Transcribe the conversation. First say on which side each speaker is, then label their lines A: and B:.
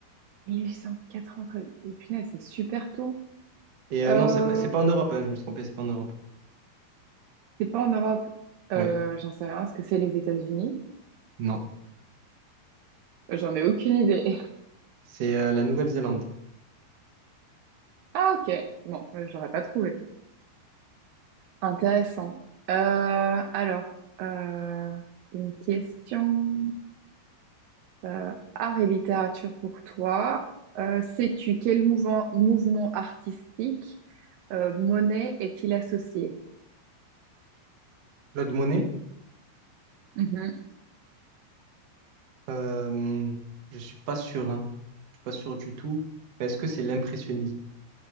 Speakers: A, on the right; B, on the right.
A: 1893. Euh, Punaise, c'est super tôt.
B: Et
A: Euh,
B: euh, non, c'est pas, c'est pas en Europe, hein, je me suis trompé, c'est pas en Europe.
A: c'est pas en Europe. Euh,
B: Oui,
A: j'en sais rien. Est-ce que c'est les États-Unis?
B: non.
A: J'en ai aucune idée. <laughs>
B: C'est euh, la Nouvelle-Zélande.
A: Ah, ok. Bon, euh, je l'aurais pas trouvé. Intéressant. Euh, alors, euh, une question. euh, art et littérature pour toi. Euh, sais-tu quel mouvement, mouvement artistique Euh, Monet est-il associé?
B: Claude Monet,
A: Mhm.
B: euh, je suis pas sûr, hein. Je suis pas sûr du tout. Mais Est-ce que c'est l'impressionnisme?